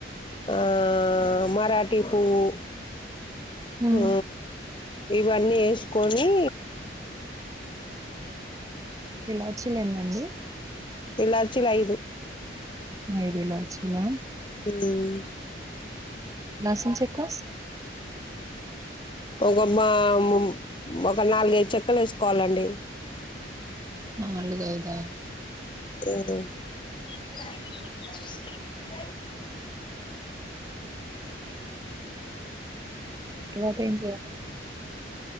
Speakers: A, on the left; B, on the right.
A: ఆ మరాఠీ పువ్వు
B: ఉమ్
A: ఆ ఇవన్నీ ఏసుకొని
B: ఇలాచ్చీ లు ఎన్ని అండి
A: ఇలాచీలు ఐదు
B: ఐదు ఇలాచ్చీలా
A: ను ఇ
B: నసం చెక్కస్
A: ఒక మాములు ఒక నాలుగైదు చెక్కలు వేసుకోవాలండి
B: నాలుగు ఐదా
A: <unintelligible>
B: తర్వాత ఏం చేయాలే